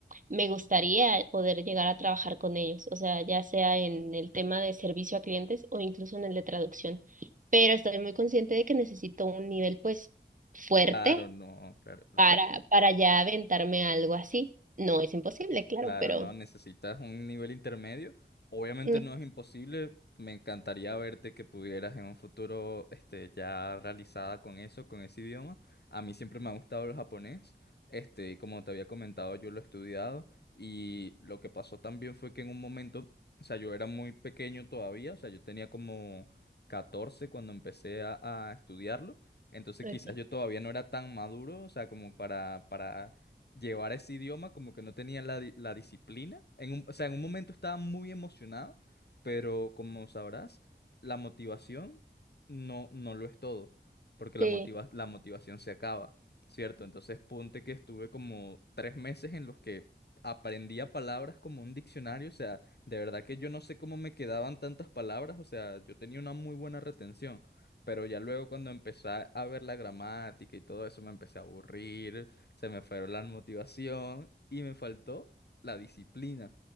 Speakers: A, on the right; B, on the left.
A: me gustaría poder llegar a trabajar con ellos, o sea, ya sea en el tema de servicio a clientes o incluso en el de traducción. Pero estoy muy consciente de que necesito un nivel pues fuerte
B: Claro, no, claro, claro.
A: para, para ya aventarme algo así. No es imposible, claro,
B: Claro,
A: pero
B: no, necesitas un nivel intermedio. Obviamente
A: mm,
B: no es imposible. Me encantaría verte que pudieras en un futuro, este, ya realizada con eso, con ese idioma. A mí siempre me ha gustado el japonés. Este, y como te había comentado, yo lo he estudiado y lo que pasó también fue que en un momento, o sea, yo era muy pequeño todavía, o sea, yo tenía como 14 cuando empecé a, a estudiarlo. Entonces
A: ok,
B: quizás yo todavía no era tan maduro, o sea, como para, para llevar ese idioma, como que no tenía la, di- la disciplina. En un- o sea, en un momento estaba muy emocionado, pero como sabrás, la motivación no, no lo es todo, porque
A: sí.
B: la motiva- la motivación se acaba, ¿cierto? Entonces, ponte que estuve como tres meses en los que aprendía palabras como un diccionario, o sea, de verdad que yo no sé cómo me quedaban tantas palabras, o sea, yo tenía una muy buena retención. Pero ya luego cuando empecé a ver la gramática y todo eso me empecé a aburrir, se me fueron la motivación y me faltó la disciplina.